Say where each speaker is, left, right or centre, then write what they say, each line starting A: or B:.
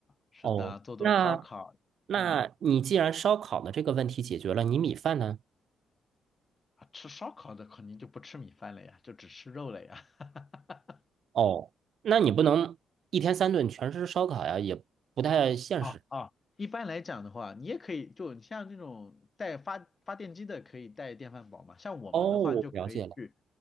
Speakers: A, on the left (about 25°); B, on the right (about 55°).
A: 是的，
B: 哦，
A: 做做烧烤。
B: 那那你既然烧烤的这个问题解决了，
A: 嗯，
B: 你米饭呢？
A: 啊，吃烧烤的肯定就不吃米饭了呀，就只吃肉了呀。<laughs>
B: 哦，那你不能一天三顿全是烧烤呀，也不太现实。
A: 啊啊，一般来讲的话，你也可以，就你像这种带发发电机的，可以带电饭煲嘛。像我们的话，
B: 哦，我了解了。
A: 就可以去。